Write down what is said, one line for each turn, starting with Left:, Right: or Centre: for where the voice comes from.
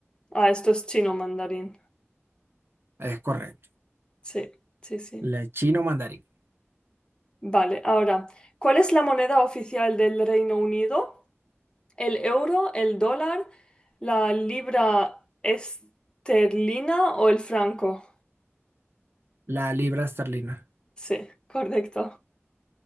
Left: Ah, esto es chino mandarín.
Right: Es correcto.
Left: Sí, sí, sí.
Right: El chino mandarín.
Left: Vale, ahora, ¿cuál es la moneda oficial del Reino Unido? el euro, el dólar, la libra esterlina o el franco.
Right: La libra esterlina.
Left: Sí, correcto.